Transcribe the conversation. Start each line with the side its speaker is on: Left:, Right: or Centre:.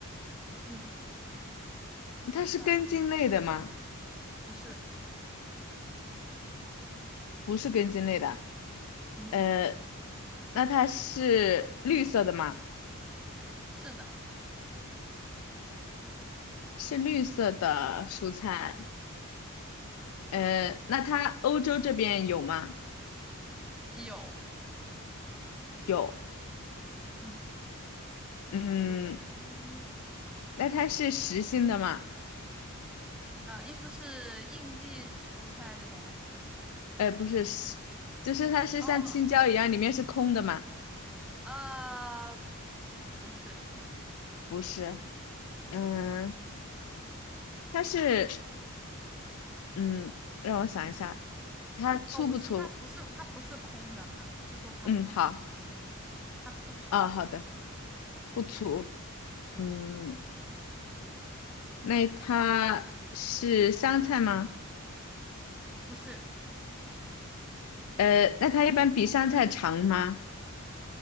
Centre: 嗯，
Left: 它是根茎类的吗？
Centre: 算，不是，
Left: 不是根茎类的。
Centre: 嗯，
Left: 呃，那它是绿色的吗？
Centre: 是的，
Left: 是绿色的蔬菜。呃，那它欧洲这边有吗？
Centre: 有，
Left: 有。
Centre: 嗯，
Left: 嗯，
Centre: 对的，工，
Left: 那它是实心的吗？
Centre: 呃，意思是应季蔬菜这种，
Left: 呃，不是，实就是它是像青椒一样，
Centre: 哦哦，
Left: 里面是空的吗？
Centre: 啊、呃不是，
Left: 不是，嗯，它是，嗯，让我想一下，它粗不粗？
Centre: 哦，我是说它不是，它不是空的哈，不是说它不是实心的，
Left: 嗯，好，
Centre: 它不粗，
Left: 啊，好的，不粗。嗯，那它是香菜吗？
Centre: 不是，
Left: 呃，那它一般比香菜长吗？